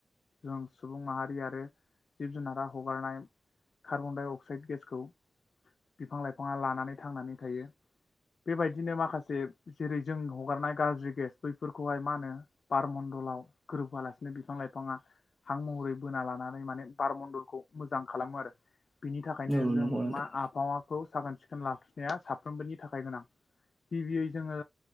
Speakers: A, on the left; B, on the right.
A: जों सुबुं माहारि आरो जिब जुनारा हगारनाय कार्बनडाइ अक्साइड गेसखौ बिफां लाइफाङा लानानै थांनानै थायो बेबायदिनो माखासे जेरै जों हगारनाय गाज्रि गेस बैफोरखौहाय मा होनो बारमणडलाव गोरोबहोआ लासिनो बिफां लाइफाङा हां महरै बोना लानानै माने बारमन्दलखौ मोजां। मोजां खालामो आरो बिनि थाखायनो
B: औ
A: जों
B: नंगौ नोंथां
A: मा हावाखौ साखोन सिखोन लाखिनाया साब साफ्रोमबोनि थाखाय गोनां गिबियै जोङो